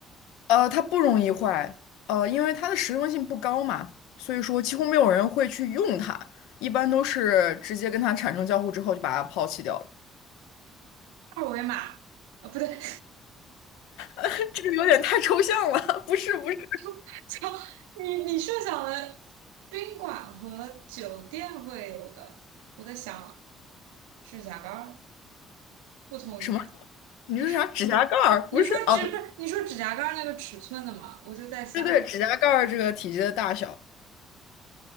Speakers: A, on the left (about 75°); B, on the right (about 80°).
A: 呃，它不容易坏，呃，因为它的实用性不高嘛，所以说几乎没有人会去用它，一般都是直接跟它产生交互之后就把它抛弃掉了。
B: 二维码，啊，不对，
A: <laughs> 这个有点太抽象了，<laughs> 不是不是
B: <laughs> 就你你设想的宾馆和酒店会有的，我在想指甲盖儿不同年，
A: 什么？你说啥？
B: 你是
A: 指甲盖儿？
B: 你说指不是你说指甲盖儿那个尺寸的吗？
A: 不是哦，对
B: 我就在想，
A: 对对，指甲盖儿这个体积的大小